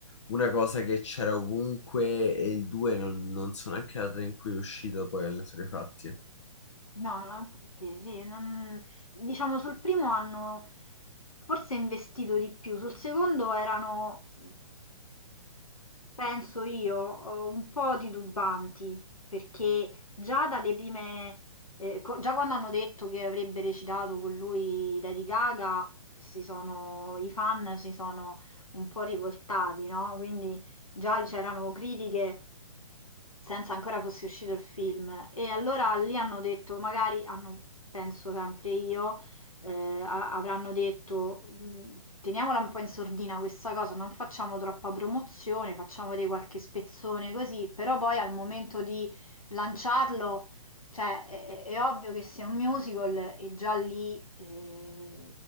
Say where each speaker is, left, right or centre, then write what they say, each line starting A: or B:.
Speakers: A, on the left; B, on the left.
A: una cosa che c'era ovunque e il due non, non so neanche la data in cui è uscito poi alle fatti.
B: No, no, infatti sì, non- diciamo sul primo hanno forse investito di più, sul secondo erano penso io, eh, un po' titubanti, perché già dalle prime, eh, co- già quando hanno detto che avrebbe recitato con lui Lady Gaga, si sono- i fan si sono un po' rivoltati, no? Quindi già c'erano critiche senza ancora fosse uscito il film. E allora lì hanno detto, magari hanno, penso sempre io eh, a- avranno detto "Mh, teniamola un po' in sordina questa cosa, non facciamo troppa promozione, facciamo dei qualche spezzone così, però poi al momento di lanciarlo, cioè è, è- è ovvio che sia un musical e già lì eh,